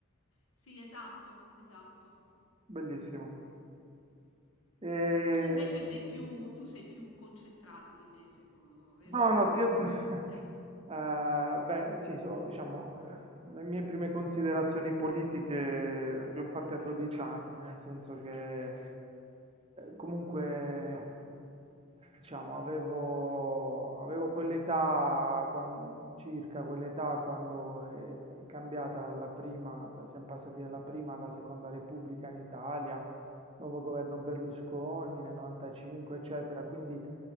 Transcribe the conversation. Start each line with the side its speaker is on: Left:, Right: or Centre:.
Left: Sì, esatto, esatto.
Right: bellissimo. Ehm,
Left: Tu invece sei più, tu sei più concentrato di me, secondo me, vero?
Right: No, no, ti- io...
Left: Eh.
Right: <laughs> eh, beh, sì, so- diciamo, eh, le mie prime considerazioni politiche le ho fatte a 12 anni, nel senso che eh, comunque, diciamo, avevo, avevo quell'età, quan- circa quell'età quando è, è cambiata la prima, da- siamo passati dalla prima alla seconda Repubblica in Italia, nuovo governo Berlusconi nel 95, eccetera, quindi